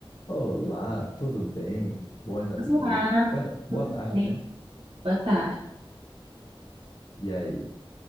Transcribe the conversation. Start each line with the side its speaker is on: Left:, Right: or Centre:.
Left: Olá, tudo bem? Buenas
Right: Olá,
Left: no... Buena... Boa
Right: tudo
Left: tarde,
Right: bem?
Left: né?
Right: Boa tarde.
Left: E aí?